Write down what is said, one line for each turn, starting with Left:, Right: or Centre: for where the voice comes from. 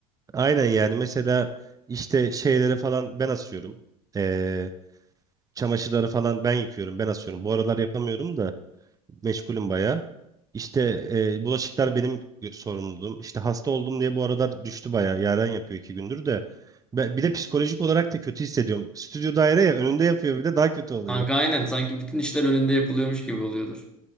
Right: Aynen yani mesela işte şeyleri falan ben asıyorum. Ee, çamaşırları falan ben yıkıyorum ben asıyorum. Bu aralar yapamıyorum da. Meşgulüm bayağı. İşte e, bulaşıklar benim gö- sorumluluğum. İşte hasta oldum diye bu aralar düştü bayağı. Yaren yapıyor iki gündür de. Be- Bir de psikolojik olarak da kötü hissediyorum. Stüdyo daire ya önünde yapıyor bir de daha kötü oluyor.
Centre: Kanka aynen sanki bütün işler önünde yapılıyormuş gibi oluyordur.